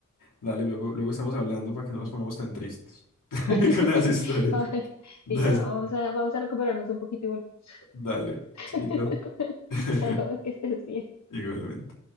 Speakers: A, on the left; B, on the left.
A: Dale, luego, luego estamos hablando para que no nos pongamos tan tristes <laughs>
B: <laughs>
A: con las historias.
B: Ay,
A: Dale,
B: Sí, ya, vamos a, vamos a recuperarnos un poquito y volver.
A: dale,
B: <laughs>
A: chaito. <laughs>
B: Chao, que estés bien.
A: Igualmente.